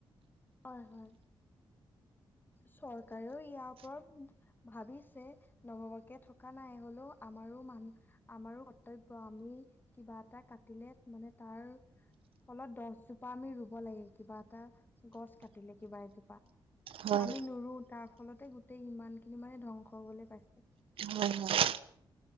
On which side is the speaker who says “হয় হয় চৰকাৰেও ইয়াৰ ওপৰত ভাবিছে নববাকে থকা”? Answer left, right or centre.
Left